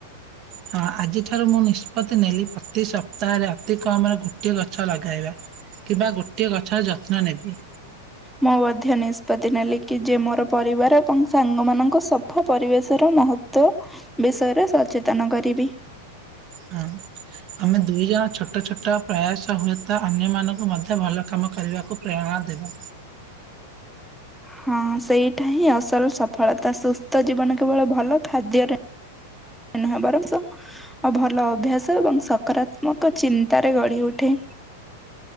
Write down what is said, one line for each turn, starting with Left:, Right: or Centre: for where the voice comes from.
Right: ହଁ ଆଜିଠାରୁ ମୁଁ ନିଷ୍ପତି ନେଲି ପ୍ରତି ସପ୍ତାହରେ ଅତି କମରେ ଗୋଟିଏ ଗଛ ଲଗାଇବା। କିବା ଗୋଟିଏ ଗଛର ଯତ୍ନ ନେବି।
Centre: ମୁଁ ମଧ୍ୟ ନିଷ୍ପତି ନେଲିକି ଯେମୋର ପରିବାର ଏବଂ ସାଙ୍ଗ ମାନଙ୍କ ସଫା ପରିବେଶର ମହ ତ୍ୱ ବିଷୟରେ ସଚେତନ କରିବି।
Right: ହଁ। ଆମେ ଦୁଇ ଜଣ ଛୋଟ ଛୋଟ ପ୍ରୟାସ ହୁଏତ ଅନ୍ୟ ମାନଙ୍କୁ ମଧ୍ୟ ଭଲ କାମ କରିବାକୁ ପ୍ରେରଣା ଦେବା।
Centre: ହଁ ସେଇଟା ହିଁ ଅସଲ ସଫଳତା ସୁସ୍ଥ ଜୀବନ କେବଳ ଭଲ ଖାଦ୍ୟରେ <unintelligible> ଅ ଭଲ ଅଭ୍ୟାସ ଏବଂ ସକାରାତ୍ମକ ଚିନ୍ତାରେ ଗଢ଼ି ଉଠେ।